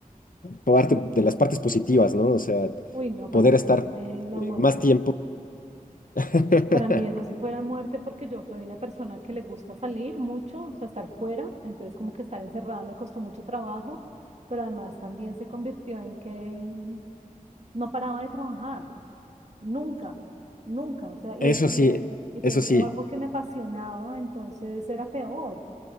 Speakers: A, on the left (about 75°); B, on the right (about 50°).
A: parte de las partes positivas, ¿no? O sea,
B: Uy, no, para
A: poder
B: mí
A: estar
B: sí fue la
A: eh,
B: muerte.
A: más tiempo. <laughs>
B: Para mí eso sí fuera muerte porque yo soy una persona que le gusta salir mucho, o sea, estar fuera, entonces como que estar encerrada me costó mucho trabajo, pero además también se convirtió en que mm, no paraba de trabajar, nunca, nunca, o sea, y,
A: Eso
B: es- y
A: sí,
B: era, y tenía
A: eso
B: un
A: sí,
B: trabajo que me apasionaba, entonces era peor,